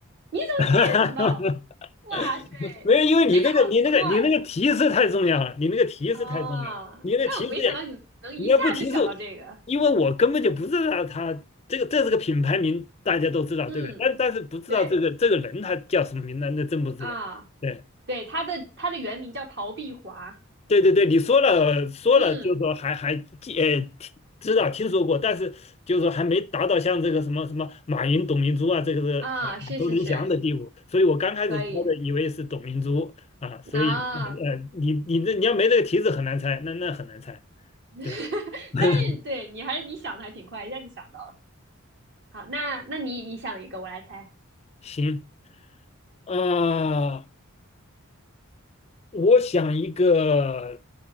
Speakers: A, on the right; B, on the left.
A: 你怎么一下就想到？
B: <laughs>
A: 哇塞，
B: 没有，因为你那个你那个你那个提示太重要了，
A: 你这个很快！
B: 你那个提示太重要了，
A: 啊，
B: 你那个提示你要不提示，
A: 但我没想到你能一下就想到这个。
B: 因为我根本就不知道他这个这是个品牌名，大家都知道，
A: 嗯，
B: 对不对？但但是不知道这个这个人他叫什么名，
A: 对
B: 那那真不知道。
A: 啊，
B: 对
A: 对，他的他的原名叫陶碧华。
B: 对对对，你说了说了，
A: 嗯
B: 就是说还还记呃听知道听说过，但是就是说还没达到像这个什么什么马云、董明珠啊，这个是呃耳熟能详的地步。
A: 啊，是是是，
B: 所以我刚开始猜的以为是董明珠啊，
A: 可以
B: 所以呃你你这你要没这个提示很难猜，
A: 啊。
B: 那那很难猜。
A: <laughs>
B: 对，<laughs>
A: 但是对你还是你想的还挺快，一下就想到了。好，那那你你想一个，我来猜。
B: 行。啊、我想一个，